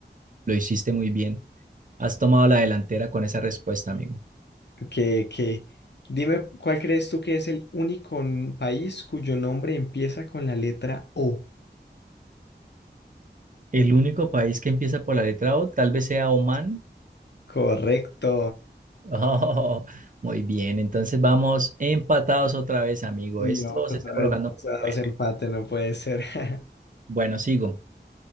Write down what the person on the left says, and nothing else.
Que, que, dime, ¿cuál crees tú que es el único n- país cuyo nombre empieza con la letra O?
Correcto.
Y
vamos otra
vez, vamos
a
dos empates, no puede ser. <laughs>